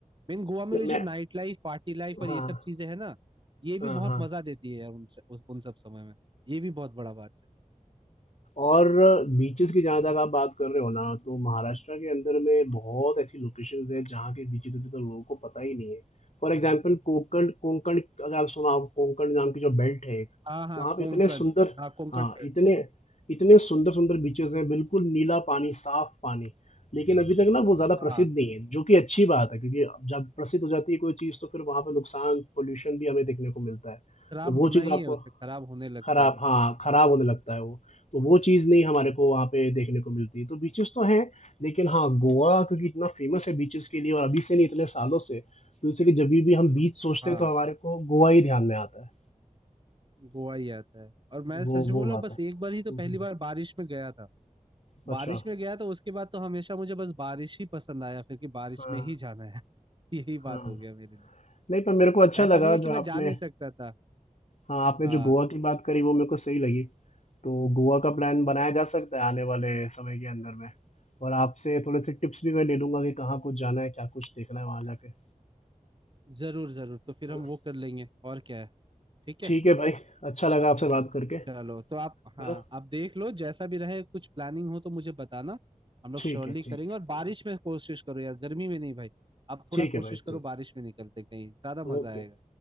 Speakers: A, on the right (about 35°); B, on the left (about 55°).
A: मेन गोवा में
B: मैं
A: ये
B: मैं
A: जो नाइट लाइफ पार्टी लाइफ और
B: हाँ,
A: ये सब चीजें है ना ये भी
B: हाँ,
A: बहुत
B: हाँ।
A: मजा देती है यार उन उस, उन सब समय में ये भी बहुत बड़ा बात है
B: और बीचेज़ की जहाँ तक आप बात कर रहे हो ना, तो महाराष्ट्र के अंदर में बहुत ऐसी लोकेशंस हैं, जहाँ के बीचेज़ अभी तो लोगों को पता ही नहीं है। फॉर एग्ज़ाम्पल कोंकण कोंकण अगर आप सुना हो, कोंकण नाम की जो बेल्ट है एक,
A: हाँ हाँ
B: वहाँ पे
A: कोंकण
B: इतने सुंदर
A: हाँ कोंकण
B: हाँ,
A: बेल्ट
B: इतने इतने सुंदर-सुंदर बीचेज़ हैं, बिल्कुल नीला पानी, साफ पानी। लेकिन अभी तक ना वो ज़्यादा
A: हाँ
B: प्रसिद्ध नहीं है, जो कि अच्छी बात है, क्योंकि अब जब प्रसिद्ध हो जाती है कोई चीज़, तो फिर वहाँ पे नुकसान, पॉल्यूशन भी हमें देखने को मिलता है।
A: खराब
B: तो वो
A: होना
B: चीज़
A: ही
B: आपको
A: है उसे खराब होने लगता
B: खराब
A: है
B: हाँ, खराब होने लगता है वो। तो वो चीज़ नहीं हमारे को वहाँ पे देखने को मिलती। तो बीचेज़ तो हैं, लेकिन हाँ, गोवा क्योंकि इतना फ़ेमस है बीचेज़ के लिए और अभी से नहीं इतने सालों से, तो इसलिए जभी भी हम बीच सोचते
A: हाँ
B: हैं तो हमारे को गोवा ही ध्यान में आता है।
A: गोवा ही आता है और मैं
B: वो
A: सच
B: वो
A: बोला
B: बात
A: बस
B: है।
A: एक बार ही तो
B: हुँ,
A: पहली
B: हुँ,
A: बार बारिश में गया था
B: हुँ।
A: बारिश
B: अच्छा,
A: में गया तो उसके बाद तो हमेशा मुझे बस बारिश ही पसंद आया फिर कि बारिश
B: हाँ,
A: में ही जाना है <laughs> यही
B: हाँ।
A: बात हो गया मेरे लिए
B: नहीं पर मेरे को अच्छा
A: ऐसा
B: लगा
A: नहीं है कि
B: जो
A: मैं
B: आपने
A: जा नहीं सकता था
B: हाँ, आपने
A: हाँ
B: जो गोवा की बात करी वो मेरे को सही लगी। तो गोवा का प्लान बनाया जा सकता है आने वाले समय के अंदर में। और आपसे थोड़े-से टिप्स भी मैं ले लूँगा कि कहाँ कुछ जाना है, क्या कुछ देखना है वहाँ जाके। है
A: जरूर जरूर तो फिर
B: ना?
A: हम वो कर लेंगे और क्या है ठीक है
B: ठीक है भाई अच्छा लगा आपसे बात करके है
A: चलो तो आप
B: ना
A: हाँ आप देख लो जैसा भी रहे कुछ प्लानिंग हो तो मुझे बताना हम लोग
B: ठीक
A: श्योरली
B: है ठीक
A: करेंगे
B: है
A: और बारिश में कोशिश करो यार गर्मी में नहीं भाई आप थोड़ा
B: ठीक
A: कोशिश
B: है भाई
A: करो
B: ठीक
A: बारिश में निकलते कहीं ज्यादा मजा
B: ओके
A: आएगा